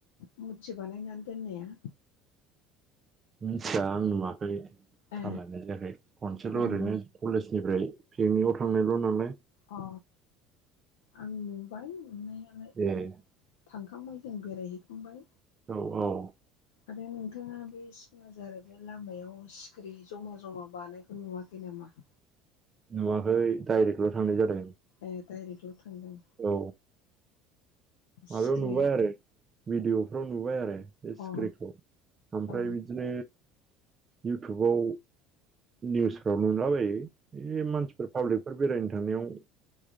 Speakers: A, on the left; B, on the right.
A: मुरथि बानायनानै दोननाया
B: मिथिया आं नुवाखै थाल
A: ए
B: लानाय जायाखै खनसेल'
A: आं
B: ओरैनो कलेजनिफ्राय पिकनिकआव थांनायल' नालाय।
A: अ आं नुबाय नुनायालाय।
B: एह
A: थांखांबाय जों बेरायहैखांबाय।
B: औ औ
A: आरो नोंथाङा बे सिखनााजार लामायाव सिखिरि जमा जमा बानाय नुवाखै नामा?
B: नुवाखै डाइरेक्टल' थांनाय जादों।
A: एह डाइरेक्टल' थांदों?
B: औ माबायाव
A: सिखिरि
B: नुबाय आरो भिडिअफ्राव नुबाय आरो। बे सिख्रिखौ
A: अ
B: ओमफ्राय
A: अ
B: बिदिनो इउटुबाव निउसफ्राव नुलाबायो। बे मानसिफोर पाब्लिकफोर बेरायनो थांनायाव